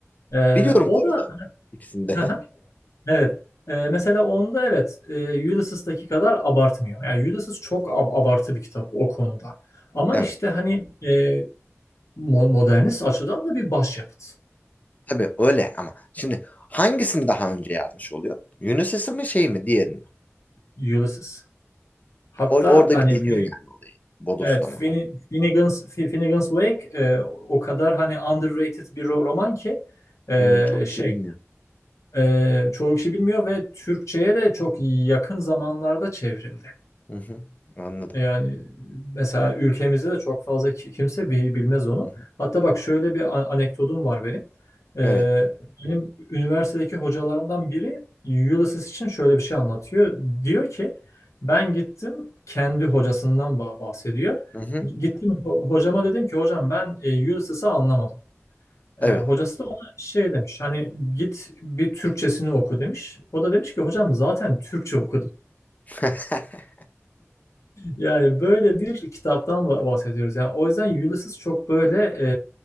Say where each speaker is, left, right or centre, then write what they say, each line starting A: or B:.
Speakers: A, on the left; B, on the left.
A: E,
B: Biliyorum
A: o
B: bu arada
A: da
B: ikisinde.
A: <laughs>
B: <laughs>
A: evet. E, mesela onda evet e, Ulysses'taki kadar abartmıyor. Yani Ulysses çok ab- abartı bir kitap o konuda. Ama
B: Evet.
A: işte hani e, mo- modernist açıdan da bir başyapıt.
B: Tabii öyle ama şimdi hangisini daha önce yazmış oluyor? Unisys'i mi şey mi diğerini mi?
A: Ulysses. Hatta
B: O- orada
A: hani
B: bir deniyor
A: Fin-
B: yani olayı. Bodoslama.
A: evet Fin- Finnegan's, Fin- Finnegan's Wake e, o kadar hani underrated bir ro- roman ki e,
B: Hmm, çok
A: şey
B: kişi bilmiyor.
A: e, çoğu kişi bilmiyor ve Türkçe'ye de çok yakın zamanlarda çevrildi.
B: Hı hı. Anladım.
A: Yani mesela ülkemizde de çok fazla ki- kimse bi- bilmez onu.
B: Hı hı.
A: Hatta bak şöyle bir a- anekdotum var benim. Ee,
B: Evet.
A: benim üniversitedeki hocalarımdan biri Ulysses için şöyle bir şey anlatıyor. Diyor ki ben gittim kendi hocasından bah- bahsediyor.
B: Hı hı.
A: Gittim ho- hocama dedim ki hocam ben e, Ulysses'i anlamadım. Ee,
B: Evet.
A: hocası da ona şey demiş hani git bir Türkçesini oku demiş. O da demiş ki hocam zaten Türkçe okudum.
B: <laughs>
A: Yani böyle bir kitaptan ba- bahsediyoruz. Yani o yüzden Ulysses çok böyle e,